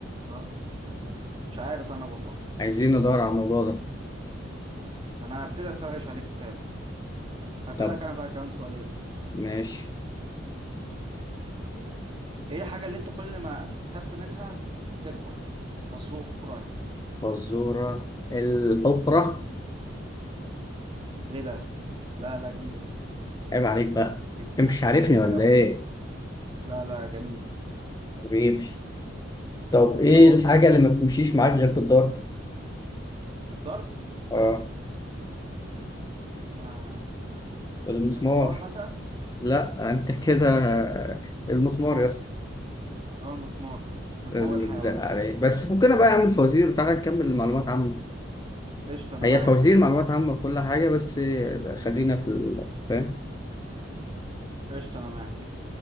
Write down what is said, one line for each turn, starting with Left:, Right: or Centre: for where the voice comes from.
Right: اه مش عارف انا والله
Left: عايزين ندور على الموضوع ده
Right: انا هبتدي اسرش عليك فعلا هسألك
Left: طب
Right: انا بقى كمان سؤالين
Left: ماشي
Right: ايه الحاجة اللي انت كل ما خدت منها تكبر فزورة اهي
Left: فزورة الحفرة
Right: مم. ايه ده لا لا جديدة دي
Left: عيب عليك بقى
Right: جبتها
Left: أنت مش
Right: انت
Left: عارفني
Right: صح
Left: ولا
Right: اوعى
Left: إيه
Right: لا لا جميل
Left: حبيبي طب إيه
Right: طب اقول
Left: الحاجة
Right: لك
Left: اللي ما بتمشيش معاك غير بالضرب
Right: الضرب
Left: أه
Right: آه.
Left: المسمار
Right: الحمار مثلا
Left: لأ أنت كده آه، المسمار يا اسطى
Right: او المسمار عشان
Left: لازم
Right: هو الحيوان
Left: يتدق عليه بس فكنا بقى يا عم الفوازير وتعالى نكمل المعلومات عامة
Right: قشطة انا
Left: هي
Right: معاك
Left: الفوازير معلومات عامة وكل حاجة بس خلينا في ال- فاهم
Right: قشطة انا معاك